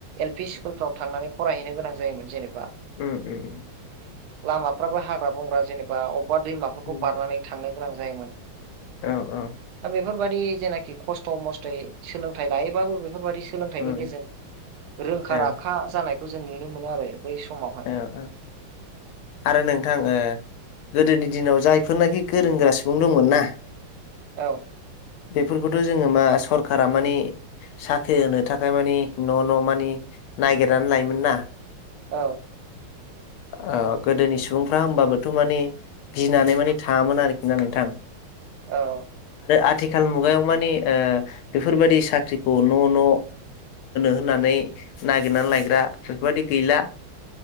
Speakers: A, on the right; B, on the left.
A: एल पि स्कुलफ्राव थांनानै फरायहैनो गोनां जायोमोन जेने
B: उम उम
A: लामाफ्राबो हाग्रा बंग्रा जेनेबा अबेबा दैमाफोरखौ
B: उम
A: बारनानै थांनो गोनां जायोमोन।
B: औ औ
A: बेफोरबायादि जेनाखि खस्थ' मस्थयै सोलोंथाइ लायोबाबो बेफोरबायादि सोलोंथाइनि
B: उम
A: गेजेरजों रोंखा
B: औ
A: राखा जानायखौ जों नुनो मोनो आरो। बै समावहाय
B: औ औ आरो नोंथां ओ गोदोनि दिनाव जायफोरनाखि गोरों गोरा सुबुं दंमोन ना
A: औ
B: बेफोरखौथ' जोङो मा सरखारा माने साख्रि होनो थाखाय माने न' न' माने नागिरनानै लायोमोन ना
A: औ
B: औ गोदोनि सुबुंफ्रा होमबाबोथ' माने गिनानै माने थाङामोन आरोखि ना नोंथां।
A: औ।
B: आरो आथिखाल मुगायाव मानि बेफोरबादि साख्रिखौ न' न' होनो होननानै नागिरनानै लायग्रा बेफोरबायादि गैला।